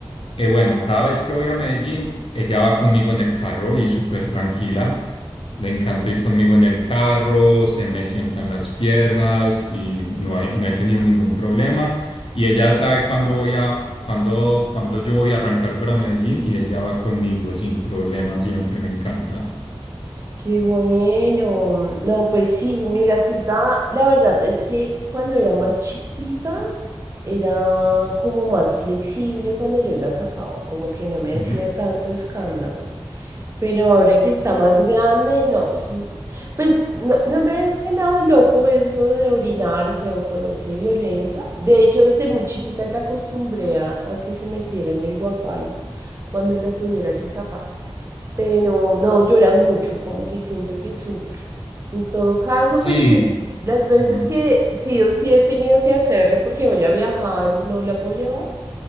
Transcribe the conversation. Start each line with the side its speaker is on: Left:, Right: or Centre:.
Left: eh, bueno, cada vez que voy a Medellín, ella va conmigo en el carro y súper tranquila. Le encanta ir conmigo en el carro, se me sientan las piernas y no hay, no he tenido ningún problema. Y ella sabe cuándo voy a, cuándo, cuándo yo voy a arrancar para Medellín y ella va conmigo sin problema siempre, me encanta.
Right: Qué bueno. No, pues sí, mi gatita, la verdad es que cuando era más chiquita, era como más flexible cuando yo la sacaba, como que no me
Left: Ujú.
Right: hacía tanto escándalo. Pero ahora que está más grande, no. es un- Pues no, no me hace nada loco eso de orinarse o ponerse violenta. De hecho, desde muy chiquita la acostumbré a, a que se metiera en el guacal cuando la tuviera que sacar pero no llora mucho, como que siento que sufre. En todo caso,
Left: Sí.
Right: pues sí, las veces
Left: Ujú.
Right: que sí o sí he tenido que hacerlo porque voy a viajar y no la puedo llevar,